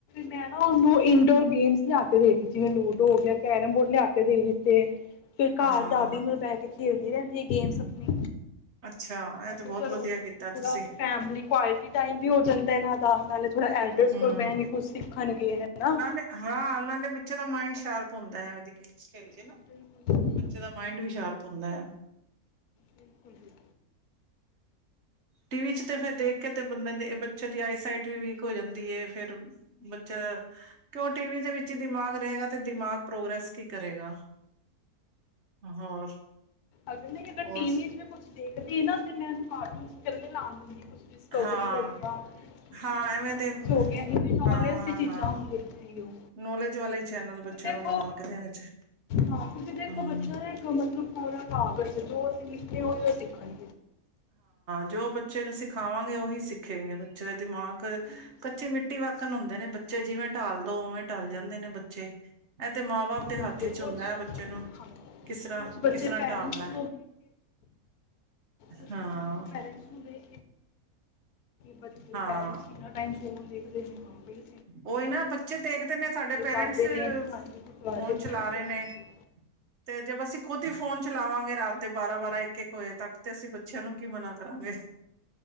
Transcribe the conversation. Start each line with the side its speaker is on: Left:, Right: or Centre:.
Left: ਮੈਂ ਨਾ ਉਹਨੂੰ ਇੰਡੋਰ ਗੇਮਸ ਜਾ ਕੇ ਦੇੇਖ ਮੈਂੂੰ <unintelligible> ਹੋ ਗਿਆ ਕੈਰਮ ਬੋਰਡ ਲਿਆ ਕੇ ਦੇ ਦਿੱਤੇ ਫਿਰ ਘਰ
Right: ਹਾਂ
Left: ਦਾਦੀ ਨੂੰ ਬਹਿ ਕੇ ਖੇਲਦੀ ਰਹਿੰਦੀ ਹੈ ।ਗੇਮਸ ਆਪਣੀ
Right: ਅੱਛਾ ਇਹ
Left: ਕਿਹਾ
Right: ਤੇ ਬਹੁਤ
Left: ਚਲੋ
Right: ਵਧੀਆ ਕੀਤਾ
Left: ਥੋੜਾ
Right: ਤੁਸੀਂ
Left: ਫੈਮਿਲੀ ਕੁਆਲਿਟੀ ਟਾਈਮ ਵੀ ਹੋ ਜਾਂਦਾ ਇਹਨਾਂ ਦਾ ਨਾਲ ਥੋੜ੍ਹਾ ਐਡਰਸ
Right: ਹਮ
Left: ਕੋਲ ਬਹਿਣ ਕੇ ਕੁਛ ਸਿੱਖਣਗੇ ਹੈ। ਨਾ
Right: ਹਾਂ <unintelligible> ਬੱਚੇ ਦਾ ਮਾਇੰਡ ਸ਼ਾਰਪ ਹੁੰਦਾ ਖੇਲ ਕੇ
Left: ਬਿਲਕੁਲ
Right: ਨਾ
Left: ਸਹੀ
Right: ਬੱਚੇ
Left: ਗੱਲ
Right: ਦਾ
Left: ਹੈ।
Right: ਮਾਇੰਡ ਵੀ ਸ਼ਾਰਪ ਹੁੰਦਾ ਹੈ।
Left: ਬਿਲਕੁਲ <inaudible>
Right: ਟੀਵੀ'ਚ ਤੇ ਫੇਿਰ ਦੇਖ ਕੇ ਤੇ ਬੰਦੇ ਦੇ ਇਹ ਬੱਚ ਜਲਦੀ ਆਈਸਾਈਟ ਵੀਕ ਹੋ ਜਾਂਦੀ ਫਿਰ ਬੱਚੇ ਦਾ ਕਿਉਂ ਟੀਵੀ ਦੇ ਵਿੱਚ ਹੀ ਦਿਮਾਗ ਰਹੇਗਾ ਤੇ ਦਿਮਾਗ ਪ੍ਰੋਗਰੈਸ ਕੀ ਕਰੇਗਾ ਹੋਰ
Left: ਅਗਰ ਨਹੀਂ ਅਗਰ
Right: ਹੋਰ
Left: ਟੀ ਵੀਜ ਕੁਛ ਦੇਖਦੀ ਨਾ ਤੇ ਮੈਂ ਕਾਰਟੂਨਲੇ ਲਾਉਣ ਦਿੰਦੀ ਡਿਸਕਵਰੀ
Right: ਹਾਂ
Left: ਹੋ ਗਿਆ ਕੁਛ
Right: ਹਾਂ
Left: ਮੈਥਾਮੈਟਿਕਸ
Right: ਐਵੇਂ ਦੇ
Left: ਹੋ ਗਿਆ ਇਹਵੇਂ ਨੌਲੇਜ
Right: ਹਾਂ ਹਾਂ
Left: ਦੀ ਚੀਜ਼ਾਂ
Right: ਹਾਂ
Left: ਹ ਦੇਖਦੀ ਹੋ।
Right: ਨੌਲੇਜ ਵਾਲਾ ਹੀ ਚੈਨਲ ਬੱਚਿਆਂ
Left: ਦੇਖੋ
Right: ਨੂੰ ਲਗਾ ਕੇ ਦੇਣੇ ਚ
Left: ਹਾਂ ਕਿਂ ਦੇਖੋ
Right: ਹਮ
Left: ਬੱਚਾ ਇੱਕ ਮਤਲਬ ਪੂਰਾ ਕਗਰ ਜੋ <unintelligible> ਸਿਖਣੀ ਹੋਈ ਉਹ ਸਿੱਖਣ
Right: ਜੋ ਬੱਚੇ ਨੂੰ ਸਿਖਾਵਾਂਗੇ ਉਹੀ ਸਿੱਖੇਗੇ ਬੱਚੇ ਦੇ ਦਿਮਾਗ
Left: ਬਿਲਕੁਲ
Right: ਕੱਚੀ ਮਿੱਟੀ ਵਾਕਣ ਹੁੰਦੇ ਨੇ ਬੱਚੇ ਜਿਵੇਂ ਢਾਲ ਦੋ ਉਵੇਂ ਢਲ ਜਾਂਦੇ ਨੇ ਬੱਚੇ ਤੇ ਮਾਂ ਬਾਪ ਦੇ
Left: ਬਿਲਕੁਲ
Right: ਹੱਥ ਵਿਚ ਹੁੰਦਾ
Left: ਕੁਝ
Right: ਹੈ। ਬੱਚੇ ਨੂੰ
Left: ਹਾਂ
Right: ਕਿਸ ਤਰ੍ਹਾਂ
Left: ਕੁਝ ਬੱਚੇ
Right: ਕਿਸ ਤਰ੍ਹਾਂ
Left: ਪੈਰੈਂਟਸ
Right: ਢਾਲਣਾ
Left: ਮਤਲ
Right: ਹਾਂ
Left: ਦੇਖੋ ਪੈਰੈਂਟਸ ਹੁੰਦੇ ਬੱਚੇ
Right: ਹਾਂ
Left: ਪੈਰੈਂਟਸਨਾ ਟਾਈਮ ਫਨ ਦੇਖਦੇ ਨੇ ਬੰਬਈ <unintelligible>
Right: ਉਹੀ ਨਾ ਬੱਚੇ ਦੇਖਦੇ ਨੇ ਸਾਡੇ ਪੇਰੈਂਟਸ
Left: ਜਾਂਦੇ ਨੇ ਹਾਂਜੀ ਗੁਰਦੁਆਰੇ
Right: ਫੌਨ ਚਲਾ
Left: ਬਿਲਕੁਲ
Right: ਰਹੇ ਨੇ,
Left: ਬਿਲਕੁਲ
Right: ਤੇ ਜਬ ਅਸੀ ਖੁਦ ਹੀ ਫੋਨ ਚਲਾਵਾਂ ਗੇ ਰਾਤ ਦੇ ਬਾਰਾਂ ਬਾਰਾਂ ਇੱਕ ਇੱਕ ਵਜੇ ਤੱਕ ਤੇ ਅਸੀ ਬੱਚਿਆਂ ਨੂੰ ਕੀ ਮਨਾ ਕਰਾਂਗੇ